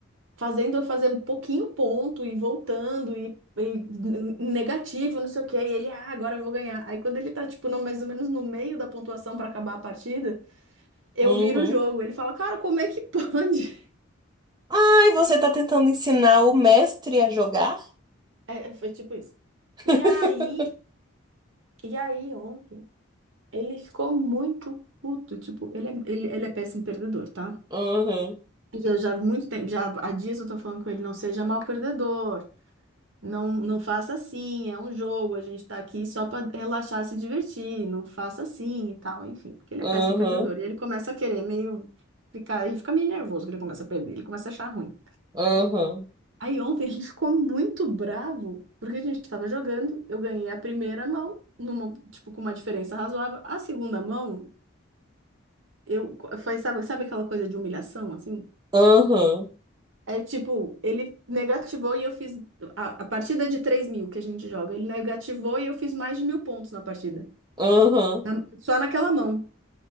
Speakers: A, on the right; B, on the right.
A: fazendo eu fazer um pouquinho ponto e voltando e, e negativo, não sei o quê. E ele, ah, agora eu vou ganhar. Aí quando ele tá, tipo, no, mais ou menos no meio da pontuação pra acabar a partida. Eu
B: uhum.
A: viro o jogo. Ele fala, cara, como é que pode? <laughs>
B: Ai, você tá tentando ensinar o mestre a jogar?
A: É, foi tipo isso.
B: <laughs>
A: E aí, e aí ontem, ele ficou muito puto. Tipo, ele é, ele, ele é péssimo perdedor, tá?
B: Aham,
A: E eu já há muito tempo, já há dias eu tô falando com ele, não seja mal perdedor. Não, não faça assim, é um jogo, a gente tá aqui só pra relaxar, se divertir, não faça assim e tal, enfim, porque ele
B: aham,
A: é péssimo perdedor. E ele começa a querer meio ficar, ele fica meio nervoso quando ele começa a perder, ele começa a achar ruim.
B: aham,
A: Aí ontem ele ficou muito bravo, porque a gente estava jogando, eu ganhei a primeira mão, numa, tipo, com uma diferença razoável. A segunda mão, eu foi, sabe, sabe aquela coisa de humilhação, assim?
B: aham,
A: É tipo, ele negativou e eu fiz. A, a partida é de três mil que a gente joga. Ele negativou e eu fiz mais de mil pontos na partida.
B: aham.
A: na- só naquela mão.